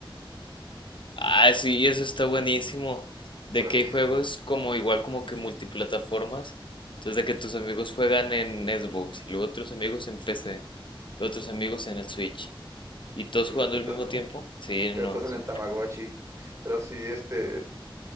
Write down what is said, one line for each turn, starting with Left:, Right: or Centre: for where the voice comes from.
Left: Ah, sí, eso está buenísimo. De
Right: Solo
Left: que
Right: que
Left: hay
Right: <laughs>
Left: juegos como igual como que multiplataformas. Entonces de que tus amigos juegan en Xbox y luego otros amigos en PC, los otros amigos en el Switch. ¿Y todos
Right: eh,
Left: jugando
Right: estás,
Left: al mismo tiempo? Sí,
Right: estás
Left: no.
Right: en
Left: sí.
Right: el Tamagotchi. Pero sí, este,